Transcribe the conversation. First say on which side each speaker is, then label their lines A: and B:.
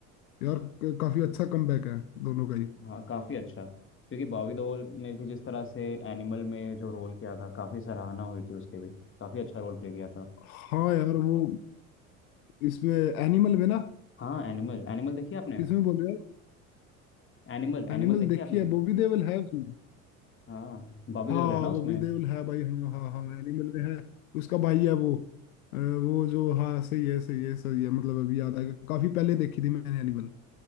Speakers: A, on the left; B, on the left.
A: यार काफी अच्छा कमबैक है दोनों का ही
B: हाँ काफी अच्छा क्योंकि बॉबी देओल ने भी जिस तरह से एनिमल में जो रोल किया था काफी सराहना हुई थी उसके भी काफी अच्छा रोल प्ले किया था
A: हाँ यार वो इसमें एनिमल में ना
B: हाँ एनिमल एनिमल देखी आपने
A: किसमें बोल रहे हो
B: एनिमल
A: एनिमल
B: एनिमल देखी
A: देखी
B: आपने
A: है बॉबी देओल है उसमें
B: हाँ बॉबी
A: हाँ
B: देओल है ना उसमें
A: बॉबी देओल है भाई हाँ हाँ हाँ एनिमल में है उसका भाई है वो अ, वो जो हाँ सही है सही है सही है मतलब अभी याद आएगा काफी पहले देखी थी मैंने एनिमल